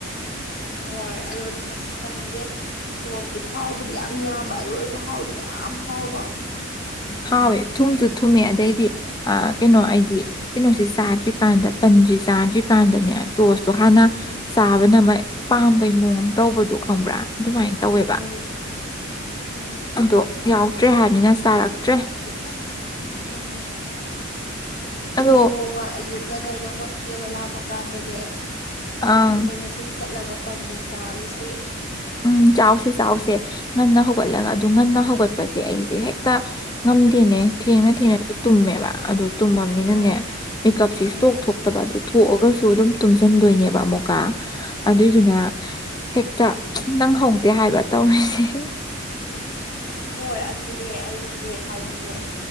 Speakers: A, on the left (about 50°); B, on the left (about 20°).
A: ꯍꯣꯏ ꯑꯗꯣ ꯈꯪꯗꯦ ꯇꯣꯁꯇꯨ ꯊꯥꯎꯕꯨꯗꯤ ꯌꯥꯝ ꯌꯥꯝꯕ ꯑꯗꯨ ꯑꯣꯏꯔꯁꯨ ꯍꯥꯎꯗꯤ ꯌꯥꯝ ꯍꯥꯎꯕ
B: ꯍꯥꯎꯋꯦ ꯊꯨꯝꯁꯨ ꯊꯨꯝꯃꯦ ꯑꯗꯩꯗꯤ ꯑ ꯀꯩꯅꯣ ꯑꯩꯗꯤ ꯀꯩꯅꯣꯁꯤ ꯆꯥꯗ꯭ꯔꯤꯀꯥꯟꯗ ꯇꯟꯁꯦ ꯆꯥꯗ꯭ꯔꯤꯀꯥꯟꯗꯅꯦ ꯇꯣꯁꯇꯣ ꯍꯥꯟꯅ
A: ꯎꯝ
B: ꯆꯥꯕꯅ ꯃꯥꯏ ꯄꯥꯝꯕꯩ ꯃꯑꯣꯡ ꯑꯝ ꯇꯧꯕꯗꯣ ꯈꯪꯕ꯭ꯔꯥ ꯑꯗꯨꯃꯥꯏꯟ ꯇꯧꯋꯦꯕ
A: ꯎꯝ ꯎꯝ
B: ꯑꯗꯣ ꯌꯥꯎꯗ꯭ꯔꯦ ꯍꯥꯏꯕꯅꯤꯅ ꯆꯥꯔꯛꯇ꯭ꯔꯦ
A: <unintelligible> ꯎꯝ ꯍꯌꯦꯡ
B: ꯑꯗꯣ
A: ꯅꯣꯡꯃ ꯑꯌꯨꯛ ꯉꯟꯅ ꯑꯩꯅ ꯍꯣꯁꯇꯦꯜꯗ ꯂꯥꯛꯄ ꯀꯥꯟꯗꯅꯦ ꯋꯥꯀꯤꯡ
B: ꯑꯪ
A: ꯑꯣꯏꯅ ꯁꯨꯝ ꯆꯠꯂꯒ ꯇꯟꯗꯣ ꯆꯥꯔꯨꯁꯦ
B: ꯎꯝ ꯆꯥꯎꯁꯦ ꯆꯥꯎꯁꯦ ꯉꯟꯅ ꯍꯧꯒꯠꯂꯒ ꯑꯗꯨ ꯉꯟꯅ ꯍꯧꯒꯠꯄꯁꯦ ꯑꯩꯁꯦ ꯍꯦꯛꯇ ꯉꯝꯗꯦꯅꯦ ꯊꯦꯡꯅ ꯊꯦꯡꯅ ꯗꯨ ꯇꯨꯝꯃꯦꯕ ꯑꯗꯨ ꯇꯨꯝꯃꯝꯅꯤꯅꯅꯦ
A: ꯎꯝ
B: ꯃꯤꯀꯞꯁꯦ
A: ꯎꯝ
B: ꯁ꯭ꯊꯣꯛ ꯊꯣꯛꯇꯕ ꯑꯗꯨ ꯊꯣꯛꯑꯒꯁꯨ ꯑꯗꯨꯝ ꯇꯨꯝꯖꯟꯗꯣꯏꯅꯦꯕ ꯑꯃꯨꯛꯀ ꯑꯗꯨꯗꯨꯅ
A: ꯎꯝ
B: ꯍꯦꯛꯇ ꯅꯪꯍꯧꯗꯦ ꯍꯥꯏꯕ ꯇꯧꯔꯤꯁꯦ <unintelligible>
A: ꯍꯣꯏ ꯑꯗꯨꯅꯦ ꯑꯩꯁꯨꯅꯦ ꯍꯥꯏꯗꯤꯅꯦ